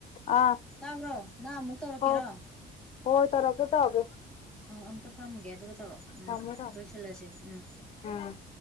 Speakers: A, on the left; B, in the centre.
A: ꯑꯥ
B: ꯇꯥꯕ꯭ꯔꯣ ꯅꯪ ꯑꯃꯨꯛ ꯇꯧꯔꯛꯀꯦꯔꯣ
A: ꯍꯥꯎ ꯍꯣꯏ ꯇꯔꯒ ꯇꯑꯒꯦ
B: ꯑ ꯑꯝꯇ ꯐꯝꯒꯦ ꯑꯗꯨꯒ ꯇꯧꯔꯛꯑꯣ ꯎꯝ
A: ꯊꯝꯃꯣ ꯊꯝꯃꯣ
B: ꯂꯣꯏꯁꯤꯜꯂꯁꯦ ꯎꯝ
A: ꯎꯝ